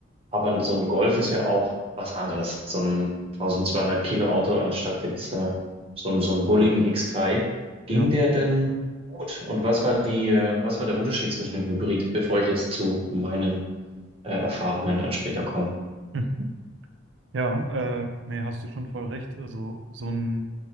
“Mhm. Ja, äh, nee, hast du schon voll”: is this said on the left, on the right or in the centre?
Right